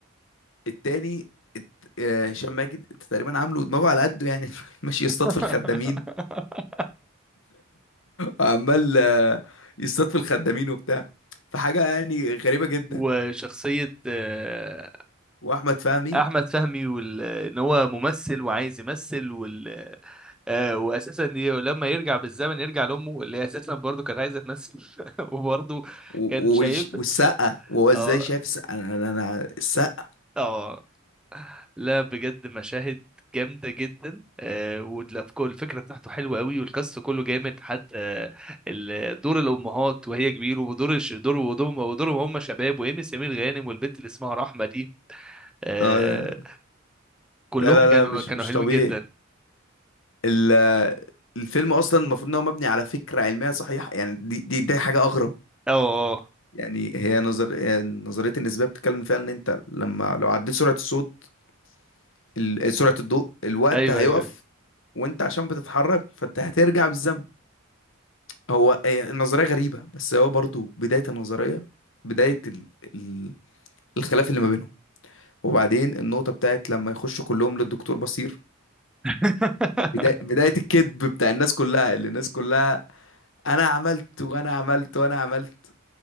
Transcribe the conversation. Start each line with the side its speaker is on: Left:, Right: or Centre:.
Left: التاني الت- آه، هشام ماجد انت تقريبا عامله ودماغه على قده يعني <laughs> ماشي يصطاد
Centre: <laughs>
Left: في الخدامين عمال آه، يصطاد في الخدامين وبتاع فحاجة يعني غريبة جدا
Centre: وشخصية آه،
Left: واحمد فهمي
Centre: احمد فهمي وال... ان هو ممثل وعايز يمثل وال... آه واساسا ي- لما يرجع بالزمن يرجع لامه اللي هي اساسا برضه كانت عايزه تمثل <laughs> وبرضه
Left: و-
Centre: كان شايف
Left: وش- والسقا وهو ازاي
Centre: اه
Left: شايف السقا انا انا أنا- السقا
Centre: اه لا بجد مشاهد جامده جدا آه ولا في كل الفكره بتاعته حلوه قوي والكاست كله جامد حتى ال- دور الامهات وهي كبيره ودور الش... دور ودورهم ودورهم هم شباب وايمي سمير غانم والبنت اللي اسمها رحمه دي آه
Left: آه،
Centre: كلهم
Left: لا لا
Centre: كانوا
Left: لا مش
Centre: كانوا
Left: مش
Centre: حلوين
Left: طبيعي
Centre: جدا
Left: ال- الفيلم اصلا المفروض ان هو مبني على فكره علميه صحيحه يعني دي دي, دي حاجه اغرب
Centre: اه آه، آه.
Left: يعني هي نظر هي نظريه النسبيه بتتكلم فيها ان انت لما لو عديت سرعه الصوت ال- سرعه الضوء الوقت
Centre: ايوه
Left: هيقف
Centre: ايوه أيوة.
Left: وانت عشان بتتحرك فانت هترجع بالزمن هو هي النظريه غريبه بس هو برضو بدايه النظريه بدايه ال... ال... الخلاف اللي ما بينهم وبعدين النقطه بتاعت لما يخشوا كلهم للدكتور بصير
Centre: <laughs>
Left: بدايه بدايه الكذب بتاع الناس كلها اللي الناس كلها انا عملت وانا عملت وانا عملت